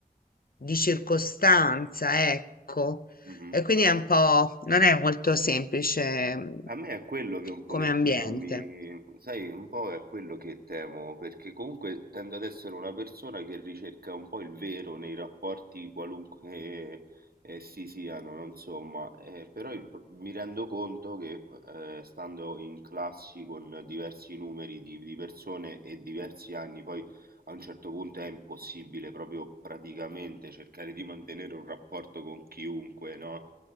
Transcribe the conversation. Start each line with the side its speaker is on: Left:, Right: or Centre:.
Left: di circostanza, ecco.
Right: Mhm.
Left: E quindi è un po', non è molto semplice mm,
Right: A me è quello che un pochettino
Left: come ambiente.
Right: mi... sai, un po' è quello che temo, perché comunque tendo ad essere una persona che ricerca un po' il vero nei rapporti qualunque essi siano, no? insomma, eh, però il pro- mi rendo conto che eh, stando in classi con diversi numeri di, di persone e diversi anni, poi a un certo punto è impossibile proprio praticamente cercare di mantenere un rapporto con chiunque, no?